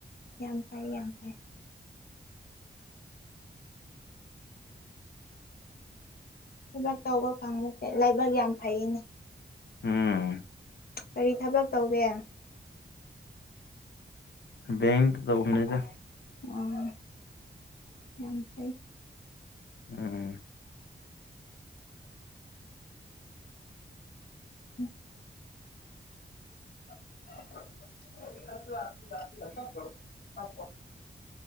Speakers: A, on the left; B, on the left.
A: ꯌꯥꯝ ꯐꯩ ꯌꯥꯝ ꯐꯩ ꯊꯕꯛ ꯇꯧꯕ ꯐꯪꯕꯁꯦ ꯂꯥꯏꯕꯛ ꯌꯥꯝ ꯐꯩꯅꯦ
B: ꯎꯝ
A: ꯀꯔꯤ ꯊꯕꯛ ꯇꯧꯒꯦ
B: ꯕꯦꯡꯇꯥꯥ ꯇꯧꯕꯅꯤꯗ
A: ꯑꯣ ꯌꯥꯝ ꯐꯩ
B: ꯎꯝ
A: ꯎꯝ <unintelligible>